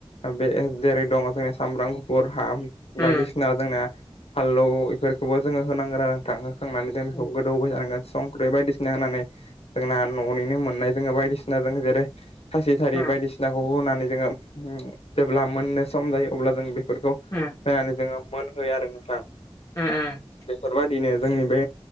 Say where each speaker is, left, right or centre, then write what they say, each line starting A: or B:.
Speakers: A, on the left; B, on the left.
A: ओ बे जेरै दङ' जों सामब्राम गुफुर हा
B: उम
A: बायदिसिना जोंना फालौ इफोरखौबो जोङो होनांगोन आरो नोंथां होखांनानै जों बेखौ
B: उम
A: गोदौहो थानांगोन संख्रि बायदिसिना होना होननानै जोंना न'निनो मोननाय जोङो बायदिसिना जो जेरै खासि थारि
B: उम
A: बायदिसिना नाखौ होनानै जोङो जेब्ला मोननो सम जायो अब्ला जों बेफोरखौ
B: उम।
A: होनानै जोङो मोनहोयो आरो नोंथां
B: उम
A: बेफोरबाय दिनो जोंनि बे